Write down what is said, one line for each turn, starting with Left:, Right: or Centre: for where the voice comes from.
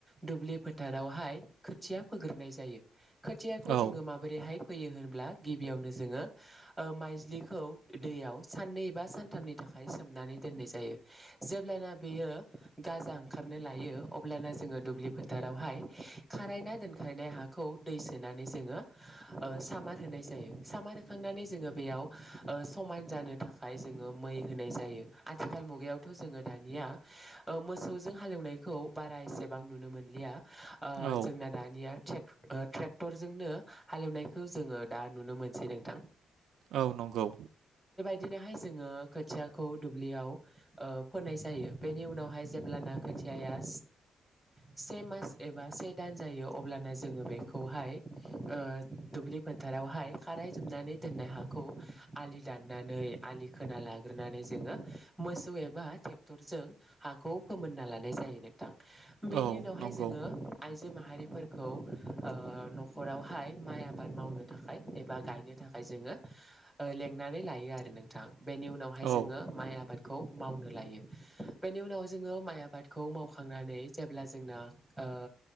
Centre: दुब्लि फोथारावहाय खोथिया फोग्रोनाय जायो। खोथियाखौ
Right: औ
Centre: जोङो माबोरैहाय फैयो होनब्ला गिबियावनो जोङो ओ माइज्लिखौ दैयाव साननै बा सानथामनि थाखाय सोम नानै दोननाय जायो जेब्लाना बेयो गाजा ओंखारनो लायो अब्लाना जोङो दुब्लि फोथारावहाय खारायना दोनखायनाय हाखौ दै सोनानै जोङो ओ सामार होनाय जायो सामार थिखांनानै जोङो बेयाव ओ समान जानो थाखाय जोङो मै होनाय जायो। आथिखाल मुगायावथ' जोङो दानिया ओ मोसौजों हालेवनायखौ बारा एसेबां नुनो मोनलिया। ओ
Right: औ
Centre: जोंना दानिया थे ओ ट्रेक्टरजोंनो हालेवनायखौ जोङो दा नुनो मोनसै नोंथां।
Right: औ नंगौ
Centre: दिनैहाय जोङो खोथियाखौ ओ फोनाय जायो बेनि उनावहाय जेब्लाना खोथियाया से मास एबा से दान जायो अब्लाना जोङो बेखौहाय ओ दुब्लि फोथारावहाय खाराय जोबनानै दोननाय हाखौ आलि दाननानै आलि खोना लाग्रोनानै जोङो मोसौ एबा ट्रेक्टरजों हाखौ फोमोनना लानाय जायो नों बेनि
Right: औ
Centre: उनावहाय
Right: नंगौ
Centre: जोङो आइजो आइजो माहारिफोरखौ ओ न'खरावहाय माइ आबाद मावनो थाखाय एबा गायनो थाखाय जोङो ओ लेंंनानै लायो आरो नोंथां बेनि उनाव जोङो
Right: औ
Centre: माइ आबादखौ मावनो नो लायो बेनि उनाव जोङो माइ आबादखौ मावखांनानै जेब्ला जोंना ओ